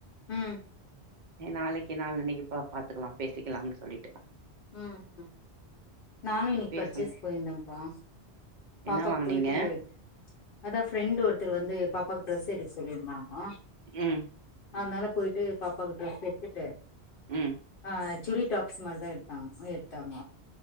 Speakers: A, on the left; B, on the right.
A: ம்
B: ஏ நாளைக்கி நாளான்னைக்குப் பா பாத்துக்கலா பேசிக்கலாம்னு சொல்லிட்டே
A: ம் ம் நானு இன்னைக்கு
B: பேசணு
A: பர்ச்சேஸ் போய்ருந்தேன்ப்பா பாப்பாக்கு
B: என்ன வாங்குனீங்க
A: போய்ட்டு அதா ஃப்ரெண்டு் ஒருத்தர் வந்து பாப்பாவுக்கு ட்ரெஸ் எடுக்க சொல்லிருந்தாங்க
B: ம்
A: அதனால போய்ட்டு பாப்பாக்கு ட்ரெஸ் எடுத்துட்டு
B: ம்
A: அ சுடி டாப்ஸ் மாரிதா எடுத்தா எடுத்தாங்க